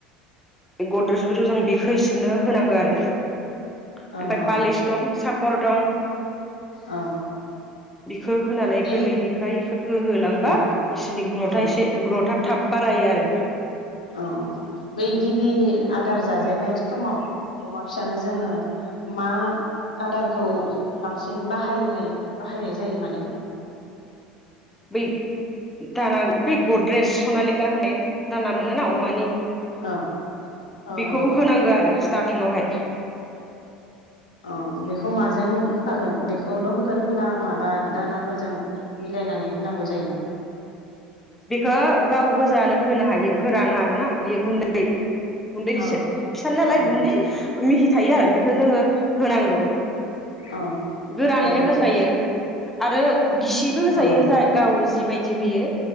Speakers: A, in the centre; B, on the left (about 75°).
A: गद्रेसखोथ' जों बिख खै इसोरनो होनांगो आरो ओमपाय
B: औ औ
A: पालिस दं साफ हर दं।
B: औ
A: इखो होनानै
B: बे
A: गोरलैनिफ्राय इखो हो हो होलांबा
B: औ
A: इसोरनि ग्रथा
B: औ
A: एसे ग्रथा थाब बारायो आरो
B: अ बै गिबि आदार जाजेनन्नाय समाव अमा फिसानो जोङो मा आदारखौ बांसिन बाहायनाय बाहायनाय जायो माने
A: बै दाना बै गद्रेज सनालिका होननाय दाना मोनो ना अमानि
B: औ औ
A: बेखौ
B: औ
A: होनांगौ आरो स्टार्ट जिङावहाय
B: अ बेखौ माजों होफागोन बेखौल' होगोन ना माबा दानाफोरजों मिलायनानै होनांगौ जायो?
A: बेखो गाव गोजानो होनो हायो गोरान आरो ना बेयो गुन्दै गुन्दैसो
B: औ
A: फिसा नालाय
B: औ
A: गुन्दै मिहि थायो आरो बेखौ जोङो होनांगौ
B: औ
A: गोरानैनो
B: औ
A: होजायो। आरो गिसिबो होजायो
B: औ
A: जाय गाव जिबायदि होयो